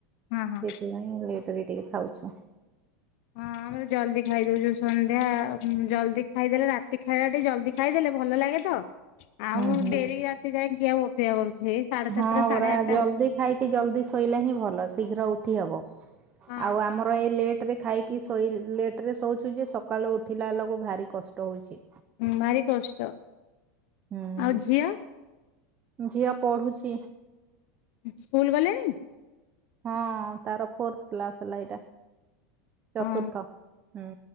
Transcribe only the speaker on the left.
ହଁ ହଁ।
ହଁ ଆମର ଜଲଦି ଖାଇଦଉଚୁ, ସନ୍ଧ୍ୟା ହୁଁ, ଜଲଦି ଖାଇଦେଲେ ରାତି ଖାଇବା ଟି ଜଲଦି ଖାଇଦେଲେ ଭଲ ଲାଗେ ତ। ଆଉ
ଡେରି ରାତି ଯାଏ କିଏ ଆଉ ଅପେକ୍ଷା କରୁଛି, ହେଇ ସାଢେ
ସାତଟା ସାଢେ
ଆଟା
ଭିତ
ହଁ
ହୁଁ, ଭାରି କଷ୍ଟ।
ଆଉ ଝିଅ?
ସ୍କୁଲ୍ ଗଲାଣି?
ହଁ